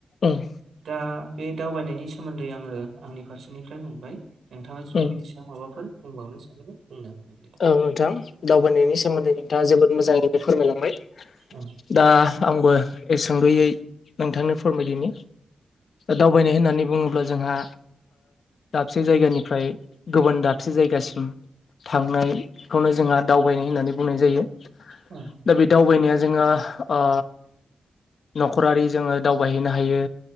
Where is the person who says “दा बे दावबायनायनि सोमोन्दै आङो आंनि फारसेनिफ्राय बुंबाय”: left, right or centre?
Right